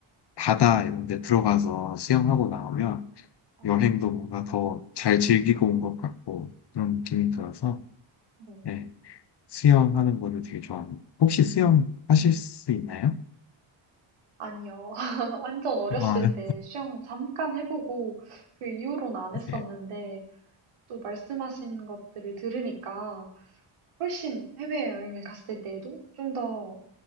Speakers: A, on the left; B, on the right.
A: 바다 이런 데 들어가서 수영하고 나오면
B: 어,
A: 여행도 뭔가 더 잘 즐기고 온 것 같고 그런 느낌이 들어서
B: 네.
A: 네, 수영하는 거를 되게 좋아합니다. 혹시 수영 하실 수 있나요?
B: 아니요. <laughs> 완전 어렸을
A: 아,
B: 때 수영 잠깐 해보고 그 이후로는 안 했었는데
A: 네,
B: 또 말씀하신 것들을 들으니까 훨씬 해외여행을 갔을 때에도 좀 더